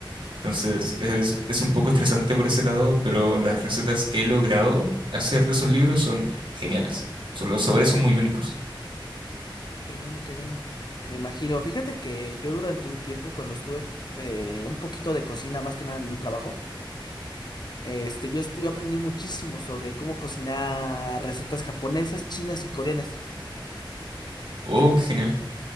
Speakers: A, on the right; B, on the left.
A: Entonces es, es un poco estresante por ese lado, pero las recetas que he logrado hacer de esos libros son geniales. Son- los sabores son muy únicos.
B: Qué bueno, qué bueno. Me imagino. Fíjate que yo durante un tiempo cuando estuve eh, un poquito de cocina, más que nada en un trabajo, Este, yo, estu- yo aprendí muchísimo sobre cómo cocinar recetas japonesas, chinas y coreanas.
A: Oh, qué genial.